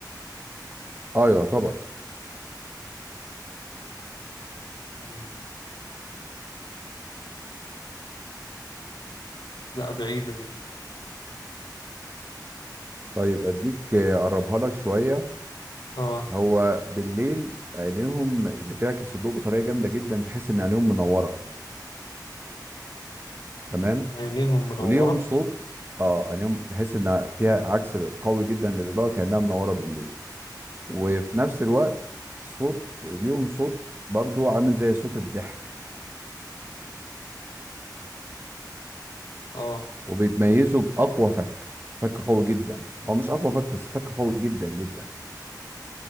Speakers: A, on the right; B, on the left.
A: اه يعتبر
B: مم. لا بعيدة دي
A: طيب اديك آه، اقربها لك شويه
B: اه
A: هو بالليل عينيهم بتعكس الضوء بطريقه جامده جدا تحس ان عينيهم منوره تمام
B: عينيهم منورة
A: وليهم صوت اه عينيهم تحس ان فيها عكس قوي جدا للاضاءه كانها منوره بالليل وفي نفس الوقت صوت ليهم صوت برضو عامل زي صوت الضحك
B: اه
A: وبيتميزوا باقوى فك فك قوي جدا هو مش اقوى فك بس فك قوي جدا جدا